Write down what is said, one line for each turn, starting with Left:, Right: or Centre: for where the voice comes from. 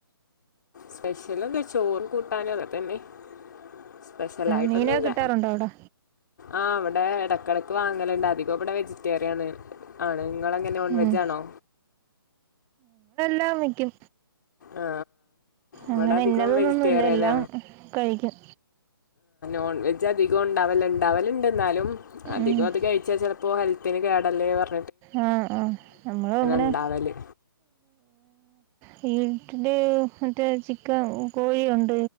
Left: സ്പെഷ്യല് ചോറ് കൂട്ടാന് അതെന്നെ സ്പെഷ്യൽ ആയിട്ടൊന്നുമല്ല
Right: മീനൊക്കെ കിട്ടാറുണ്ടോ അവിടെ
Left: ആഹ് അവിടെ ഇടക്കട വാങ്ങലുണ്ട് അധികം ഇവിടെ വെജിറ്റേറിയൻ ആണ് നിങ്ങളങ്ങനെ നോൺ
Right: ഉം.
Left: വെജാണോ
Right: ല്ലാം വെക്കും
Left: ആ ഇവിടെ
Right: അങ്ങനെ
Left: അധികം
Right: ഇന്നതൊന്നുമില്ല
Left: വെജിറ്റേറിയന
Right: എല്ലാം കഴിക്കും
Left: ആോൺ വെ അധി കോണ്ടാവല്ണ് ണ്ടാവലുണ്ട് എന്നാലും അധികം
Right: ഉം.
Left: അത് കഴിച്ചാൽ ചിലപ്പോ ഹെൽത്ത് ത്തിന് കേടല്ലേവർ
Right: ആഹ് ആഹ് നമ്മള് ഇങ്ങനെ
Left: ഉണ്ടാവല്
Right: വീട്ടില് മറ്റേ ചിക്കൻ കോഴിയുണ്ട്